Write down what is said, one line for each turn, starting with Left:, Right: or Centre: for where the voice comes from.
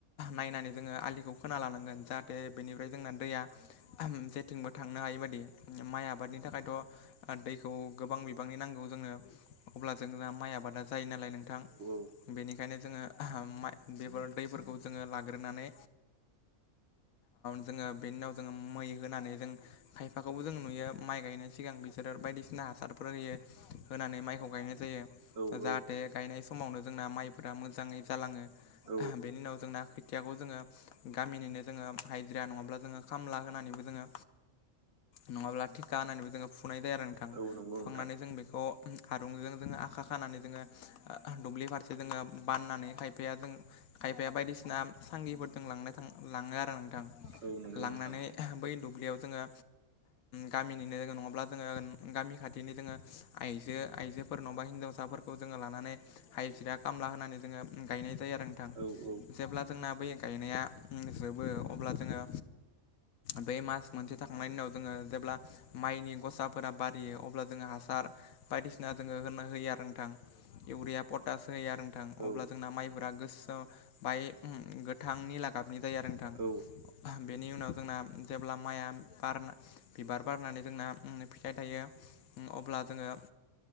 Left: नायनानै जोङो आलि खौ खोना लानांगोन जाहाथे बेनिफ्राय जोंना दैया उम जे थिंबो थांनो हायि बायदि माइ आबादनि थाखायथ' आरो दैखौ गोबां बिबांनि नांगौ जोङनो अब्ला जोंहा माइ आबादा जायो नालाय नोंथां
Right: औ
Left: बेनिखायनो जोङो बेफोर दैफोरखौ जोङो ला ग्रोनानै जोङो बेनि उनाव जोङो मै होनानै जों खायफाखौबो जों नुयो माइ गायनोसै सिगां बिसोरो बायदिसिना हासारफोर होयो होनानै माइखौ गायनाय जायो
Right: औ
Left: जाहाथे
Right: औ
Left: गायनाय समावनो जोंना माइफोरा मोजाङै जालाङो
Right: औ
Left: बेनि उनाव जोंना खोथियाखौ जोङो गामिनिनो जोङो हाइजिरा नङाब्ला जोङो खामला होनानैबो जोङो नङाब्ला थिखा होनानैबो जोङो फुनाय जाया आरो नोंथां
Right: औ नंगौ
Left: फुखांनानै
Right: नोंथां
Left: जों बेखौ आरूंजों जोङो आखा खानानै जोङो दुब्लि फारसे जोङो बाननानै खायफाया जों खायफाया बायदिसिना सांगि फोरजों लांना थां लाङो आरो नोंथां
Right: औ नंगौ
Left: लांनानै
Right: नोंथां
Left: बै दुब्लियाव जोङो गामिनिनो जोङो नङाब्ला जोङो गामि खाथिनि जोङो आइजो आइजोफोरनावबा हिनजाव साफोरखौ जोङो लानानै हाइजिरा खामला होनानै जोङो गायनाय जायो आरो नोंथां
Right: औ औ
Left: जेब्ला जोंना बै गायनाया जोबो अब्ला जोङो बे मास मोनसे थाखांनायनि उनाव जोङो जेब्ला माइनि ग'साफोरा बारियो अब्ला जोङो हासार बायदिसिना जोङो होना होयो आरो नोंथां इउरया पटास होयो आरो नोंथां
Right: औ
Left: अब्ला जोंना माइफोरा गोसो बाय गोथांनि लागाबनि जायो आरो नोंथां
Right: औ
Left: बेनि उनाव जोंना जेब्ला माइआ बारना बिबार बारनानै जोंना फिथाइ थायो अब्ला जोङो